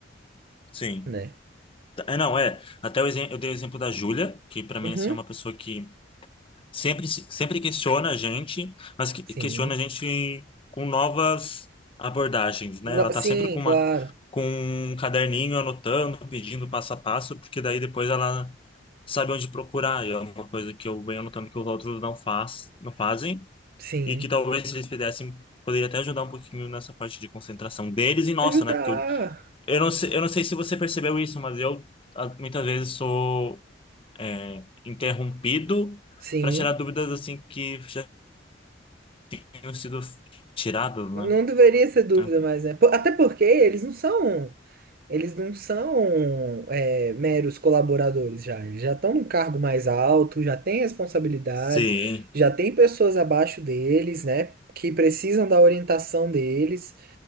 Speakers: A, on the left; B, on the right.
A: Sim.
B: né?
A: É, não, é. Até o, exemplo eu dei o exemplo da Júlia, que pra mim
B: Uhum.
A: assim, é uma pessoa que sempre, se- sempre questiona a gente, mas que-
B: Sim.
A: questiona a gente com novas abordagens, né?
B: No-
A: Ela tá
B: sim,
A: sempre com
B: claro.
A: uma, com um caderninho anotando, pedindo passo a passo, porque daí depois ela sabe onde procurar. E é uma coisa que eu venho anotando que os outros não faz, não fazem,
B: Sim.
A: e que talvez se eles fizessem, poderia até ajudar um pouquinho nessa parte de concentração deles e nossa,
B: Ajudar.
A: né? Porque eu, eu não sei, eu não sei se você percebeu isso, mas eu ah, muitas vezes sou é, interrompido
B: Sim.
A: para tirar dúvidas assim que já tinham sido tiradas, né?
B: Não deveria ser dúvida
A: Enfim.
B: mais, né? Po- Até porque eles não são, eles não são é, meros colaboradores já. Eles já estão num cargo mais alto, já têm responsabilidades,
A: Sim,
B: já tem pessoas abaixo deles, né? Que precisam da orientação deles.